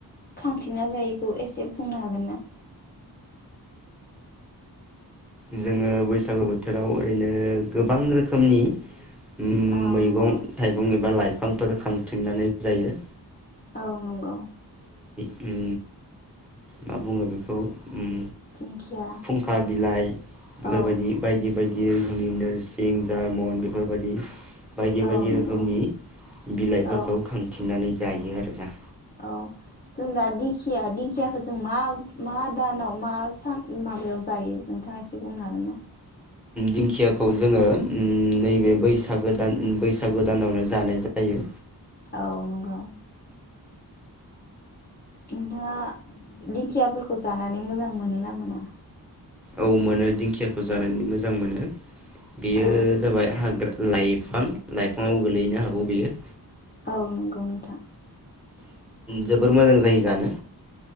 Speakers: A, on the left; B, in the centre.
A: खांथिंना जायोखौ एसे बुंनो हागोन ना।
B: जोङो बैसागु बोथोराव ओरैनो गोबां रोखोमनि उम
A: औ
B: मैगं
A: नंगौ
B: थाइगं एबा लाइफांफोर खांथिंननानै जायो।
A: औ नंगौ।
B: उम मा बुङो बेखौ उम
A: दिंखिया
B: खुंखा बिलाइ। बेफोरबायदि
A: औ
B: बायदि बायदि रोखोमनि नोरसिं जारमन बेफोर बायदि। बायदि
A: औ
B: बायदि
A: नंगौ
B: रोखोमनि बिलाइफोरखौ
A: औ
B: खांथिंनानै जायो आरोना।
A: औ जों दा दिंखिया दिंखियाखौ जों मा मा दानाव मा सान माबायाव जायो नोंथाङा एसे बुंनो हागोन ना?
B: दिंखियाखौ जोङो नैबे बैसागो दान बैसागो दानावनो जानाय जायो।
A: औ नंगौ। नोंथाङा दिंखियाफोरखौ जानानै मोजां मोनो ना मोना?
B: औ मोनो दिंखियाखौ जानानै मोजां मोनो। बेयो
A: औ
B: जाबाय हाग्रा लाइफां लाइफाङाव गोलैनो हागौ बियो।
A: औ नंगौ नोंथां।
B: जोबोर मोजां जायो जानो।